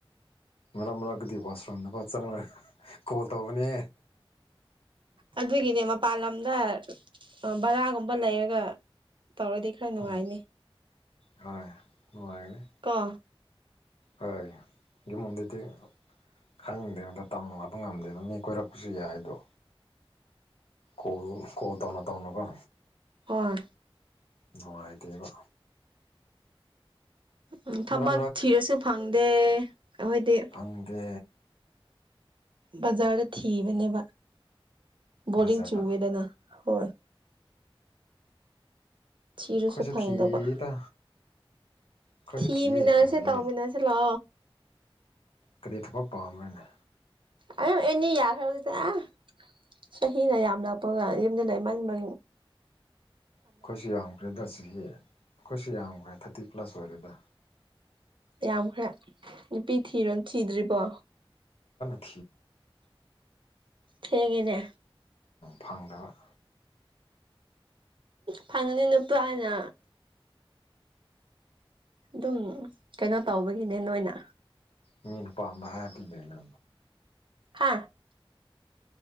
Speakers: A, on the left; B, on the right.
A: ꯔꯃ ꯑꯒꯗꯤ ꯐꯁ꯭ꯔꯅ ꯐꯆꯥ ꯀꯣꯜ ꯇꯧꯕꯨꯅꯤ
B: ꯑꯗꯨꯒꯤꯅꯦ ꯃꯄꯥꯟ ꯂꯝꯗ ꯕꯔꯥꯒꯨꯝꯕ ꯂꯩꯔꯒ ꯇꯧꯔꯗꯤ ꯈꯔ ꯅꯨꯡꯉꯥꯏꯅꯤ
A: ꯎꯝ ꯍꯣꯏ ꯅꯨꯡꯉꯥꯏꯒꯅꯤ
B: ꯀꯣ
A: ꯍꯣꯏ ꯌꯃꯗꯗꯤ ꯈꯪꯗꯦ ꯑꯣꯗ ꯇꯪ ꯉꯄ ꯉꯝꯗꯦꯕ ꯃꯤ ꯀꯣꯏꯔꯛꯄꯁꯨ ꯌꯥꯏꯗꯣ ꯀꯣꯜ ꯀꯣꯜ ꯇꯧꯅ ꯇꯧꯅꯒ
B: ꯍꯣꯏ
A: ꯅꯨꯡꯉꯥꯏꯇꯦꯕ
B: ꯎꯝ ꯊꯕꯛ
A: ꯃꯔꯛ
B: ꯊꯤꯔꯁꯨ ꯐꯪꯗꯦ ꯑꯩꯈꯣꯏꯗꯤ
A: ꯐꯪꯗ꯭ꯔꯦ
B: ꯕꯖꯥꯔꯗ ꯊꯤꯕꯅꯦꯕ ꯕꯗꯤꯡ
A: ꯕꯖꯥꯔꯗ
B: ꯆꯨꯋꯦꯗꯅ ꯍꯣꯏ ꯊꯤꯔꯁꯨ
A: ꯑꯩꯈꯣꯏꯁꯨ
B: ꯐꯪꯗꯕ
A: ꯊꯤꯌꯦꯗ ꯑꯩꯈꯣꯏꯁꯨ
B: ꯊꯤ
A: ꯊꯤꯌꯦ
B: ꯃꯤꯅꯥꯁꯦ
A: ꯐꯪꯗꯦ
B: ꯇꯥꯎ ꯃꯤꯅꯥꯁꯦ ꯂ
A: ꯀꯔꯤꯊꯕꯛ ꯄꯥꯝꯔꯅ
B: ꯑ ꯑꯦꯅꯤ ꯌꯥꯈ꯭ꯔꯕ ꯑ ꯆꯍꯤꯅ ꯌꯥꯝ ꯂꯄ ꯌꯨꯝꯗ ꯂꯩꯃ ꯃ
A: ꯑꯩꯈꯣꯏꯁꯨ ꯌꯥꯝꯈ꯭ꯔꯦꯗ ꯁꯤꯒꯤ ꯑꯩꯈꯣꯏꯁꯨ ꯌꯥꯝꯈ꯭ꯔꯦ ꯊꯥꯔꯇꯤ ꯄ꯭ꯂꯁ ꯑꯣꯏꯔꯦꯗ
B: ꯌꯥꯝꯈ꯭ꯔ ꯅꯨꯄꯤ ꯊꯤꯔꯣ ꯊꯤꯗ꯭ꯔꯤꯕꯔꯤꯕꯣ
A: ꯊꯒ
B: ꯍꯦꯡꯒꯤꯅꯦ
A: ꯐꯪꯗꯕ
B: ꯐꯥꯉꯅꯤ ꯅꯨꯄꯥꯏꯅ ꯑꯗꯨꯝ ꯀꯩꯅꯣ ꯇꯧꯕꯒꯤꯅꯦ ꯅꯣꯏꯅ
A: ꯃꯤꯅ ꯄꯥꯗ ꯍꯥꯏ ꯄꯤ ꯂꯩꯅ
B: ꯍꯥꯥ